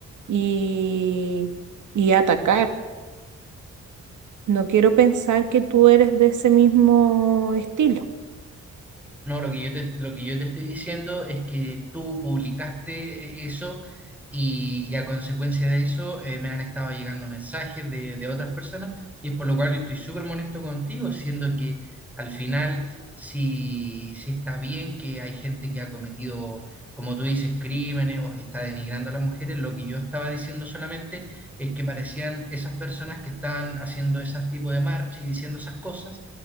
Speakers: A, on the right; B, in the centre.
A: y, y atacar. No quiero pensar que tú eres de ese mismo estilo.
B: No, lo que yo te, lo que yo te estoy diciendo es que tú publicaste eh, eso y, y a consecuencia de eso eh, me han estado llegando mensajes de, de otras personas y es por lo cual yo estoy súper molesto contigo, siendo que al final sí, sí está bien que hay gente que ha cometido, como tú dices, crímenes o está denigrando a las mujeres. Lo que yo estaba diciendo solamente es que parecían esas personas que estaban haciendo ese tipo de marchas y diciendo esas cosas